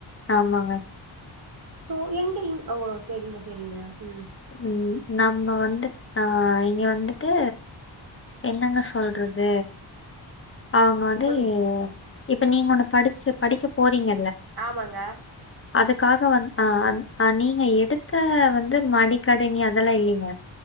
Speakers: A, on the left; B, on the right.
A: ஆமாங்க
B: சோ எங்கிங் ஓ செரிங்க செரிங்க ம்
A: ம். நம்ம வந்து ஆஹ் இங்க வந்திட்டு என்னங்க சொல்றது அவங்க வந்து
B: சொல்லுங்க
A: ஏ இப்ப நீங்க ஒண்ணு படிச்சி படிக்க போறீங்க
B: ஆமாங்க
A: அதுக்காக வந் அஹ நீங்க எடுக்க வந்து மடி கடை நீ அதெல்லா இல்லீங்க